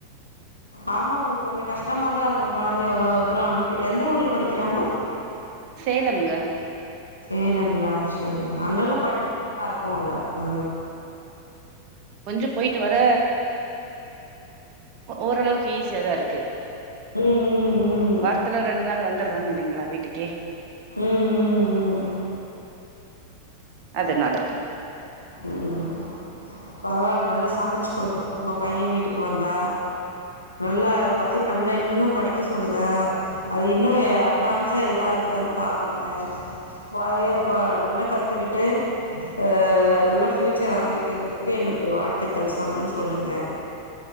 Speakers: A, on the left (about 80°); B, on the right (about 40°).
A: ஆமா உங்களுக்கு கொஞ்சம் கஷ்டமாதான் இருக் உன் கொழந்தை எவ்வளவு தூரம் அனுப்பி எந்த ஊர்ல படிக்கிறாங்க
B: சேலம் ங்க
A: சேலங்களா சரிங்க அங்கெல்லாம் படி <inaudible> நல்லா இருக்கும் அங்க உஹ
B: கொஞ்சம் போயிட்டு வர ஓரளவுக்கு ஈஸியாதான் இரு க்கு
A: ம் ம் ம்
B: வாரத்துல ரெண்டு நாள் வந்து டுறாங்க இல்லைங்களா வீட்டுக்கே
A: உம் உம் உம்
B: அதுனால
A: உம் பரவால்ல நல்லா சமைச்சு கொடுக்குங்க உங்க பையன் வீட்டுக்கு வந்தா நல்லா அத பத்தி நல்லா இன்னும் படிக்க சொல்லுங்க அது இன்னும் அட்வான்ஸா எதனா இருக்குதான பாருங்க பைய நல்லா கத்துக்கிட்டு அஹ் நல்ல ஃபியூச்சர் அமைக்கிறதுக்கு என்னுடைய வாழ்த்துக்கள் சொன்னன்னு சொல்லுங்க